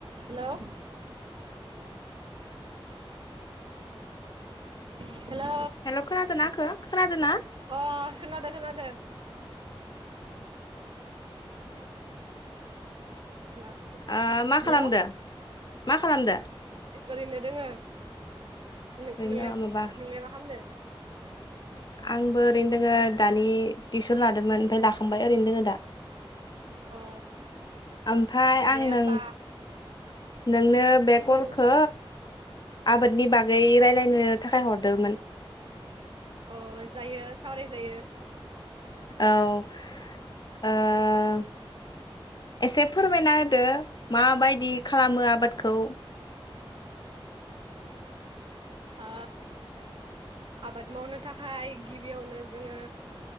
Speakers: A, on the right (about 65°); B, on the left (about 50°).
A: Hello hello
B: hello खोनादोंना आंखो खोनादोंना
A: अ खोनादो खोनादों । ओ लाख
B: ओ मा
A: हेल
B: खालामदो
A: ओ
B: मा खालामदो
A: ओरैनो दोङो। नों
B: ओरैनो
A: नोंला नोंलाय
B: दङ माबा
A: मा खालामदो।
B: आंबो ओरैनो दोङो दानि टिउसन लादोंमोन ओमफ्राय लाखांबाय ओरैनो दोङो दा।
A: अ
B: ओमफ्राय
A: दे
B: आं
A: होमबा।
B: नों नोंनो बे कलखौ
A: जों
B: आबादनि बागै रायलायनो नो थाखाय हरदोमोन।
A: अ जायो सावराय जायो।
B: औ आ एसे फोरमायना होदो माबायदि खालामो आबादखौ?
A: ओ आबाद मावनो थाखाय गिबियावनो जोङो